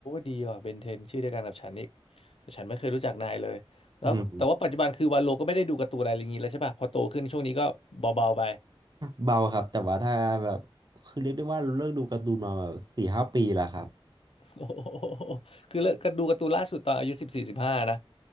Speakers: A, on the left (about 75°); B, on the right (about 45°).
A: ดีว่ะเบนเทนชื่อเดียวกันกับฉันอีกแต่ฉันไม่เคยรู้จักนายเลยแล้วแต่ว่าปัจจุบันคือวันโลก็ไม่ได้ดูการ์ตูนอะไรอย่างนี้แล้วใช่ป่ะ
B: อืม
A: พอโตขึ้นช่วงนี้ก็เบาๆไป
B: เบาครับแต่ว่าถ้าแบบคือเรียกได้ว่าเลิกดูการ์ตูนมาแบบสี่ห้าปีแล้วครับ
A: <laughs> โอ้โหคือเลิกก็ดูการ์ตูนล่าสุดตอนอายุสิบสี่สิบห้านะ